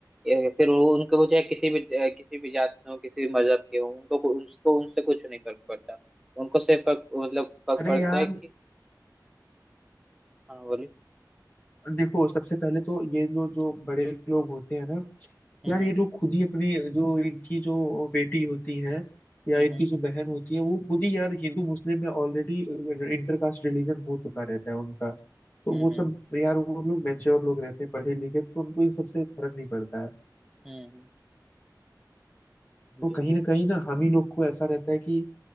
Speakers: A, in the centre; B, on the left.
A: या फिर वो उनको वो चाहे किसी भी अ, किसी भी जात के हों किसी भी मजहब के हों उनको उनको उनसे कुछ नहीं फर्क पड़ता उनको सिर्फ फर्क मतलब फर्क
B: अरे
A: पड़ता
B: यार
A: है कि हाँ बोलिए
B: देखो सबसे पहले तो ये लोग जो बड़े लोग होते हैं ना
A: हम्म
B: यार ये लोग खुद ही अपनी जो इनकी जो बेटी होती है या
A: हम्म
B: इनकी जो बहन होती है वो खुद ही यार हिंदू मुस्लिम में ऑलरेडी इंटर कास्ट रिलीजन हो चुका रहता है उनका तो
A: हम्म
B: वो सब
A: हम्म
B: यार वो लोग मैच्योर लोग रहते हैं पढ़े लिखे तो उनको इन सबसे फर्क नहीं पड़ता है
A: हम्म हम्म बेबी
B: तो कहीं ना कहीं ना हम ही लोग को ऐसा रहता है कि